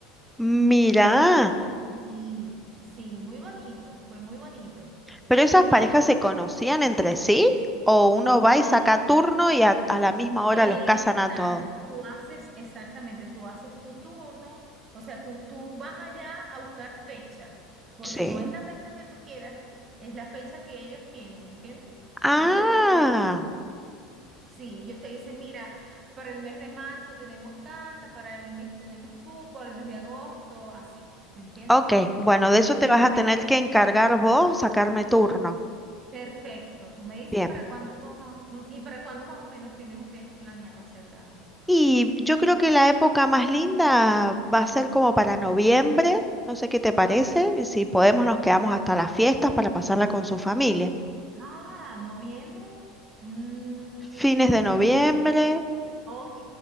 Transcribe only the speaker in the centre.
mira,
pero esas parejas
se conocían entre sí o uno
va y saca turno y a, a la misma hora
los casan a todos.
Sí.
Ah,
ok, bueno, de eso
te
vas a tener que encargar vos, sacarme turno.
Bien.
Y yo creo que la época más linda va a ser como para noviembre, no sé qué te parece, y si podemos nos quedamos hasta las fiestas para pasarla con su familia.
Fines de noviembre,